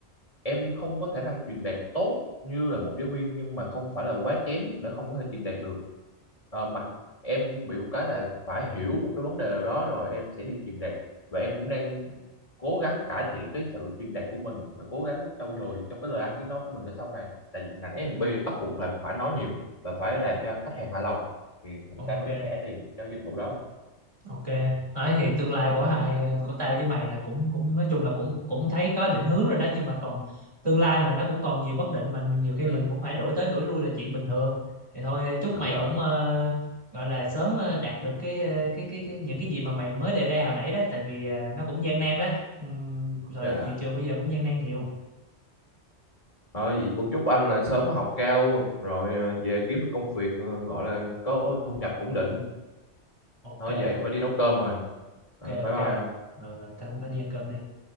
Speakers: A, on the left; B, on the right.
A: em không có khả năng truyền đạt tốt như là một giáo viên nhưng mà không phải là quá kém để không có thể truyền đạt được Ờ, mặt em bị một cái là phải hiểu một cái vấn đề nào đó rồi em sẽ đi truyền đạt và em cũng đang cố gắng cải thiện cái sự truyền đạt của mình và cố gắng trau dồi trong cái lời ăn tiếng nói của mình để sau này tại vì ngành em bị bắt buộc là phải nói nhiều và phải làm cho khách hàng hài lòng thì người
B: ok
A: ta mới trả tiền cho dịch vụ đó
B: ok đấy thì tương lai của hai của tao với mày là cũng cũng nói chung là cũng cũng thấy có định hướng rồi đó nhưng mà còn tương lai mà nó cũng còn nhiều bất định mình nhiều khi
A: Ừ.
B: mình cũng phải đổi tới đổi lui là chuyện bình thường thì thôi chúc
A: đúng
B: mày
A: rồi
B: cũng ờ, gọi là sớm ờ, đạt được cái, ờ, cái cái cái những cái gì mà mày mới đề ra hồi nãy đó tại vì ờ, nó cũng gian nan đó Ừm, rồi
A: Dạ.
B: thị trường bây giờ cũng gian nan nhiều
A: Ờ, vậy cũng chúc anh là sớm học cao rồi ờ, về kiếm được công việc ờ, gọi là có thu nhập ổn định.
B: ok
A: Thôi giờ em phải đi nấu cơm rồi. Ờ,
B: ok
A: bye
B: ok
A: bye anh.
B: rồi, rồi tao cũng phải đi ăn cơm đây